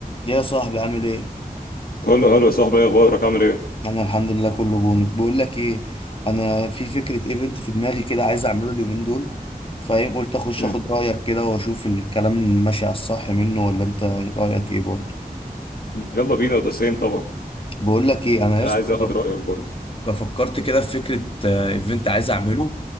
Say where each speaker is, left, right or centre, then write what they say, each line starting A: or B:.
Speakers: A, on the left; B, on the left.
A: يا صاحبي عامل ايه
B: كله حلو يا صاحبي ايه اخبارك عامل ايه
A: انا الحمد لله كله بونو بقول لك ايه انا في فكره ايفنت في دماغي كده عايز اعمله اليومين دول فاهم قلت اخش
B: مم.
A: اخد رايك كده واشوف الكلام ماشي على الصح منه ولا انت رايك ايه برضه
B: يلا بينا ده سيم طبعا
A: بقول لك ايه انا يا
B: عايز
A: اسطى
B: اخد رايك برضه
A: فك- فكرت كده في فكره آه، ايفنت عايز اعمله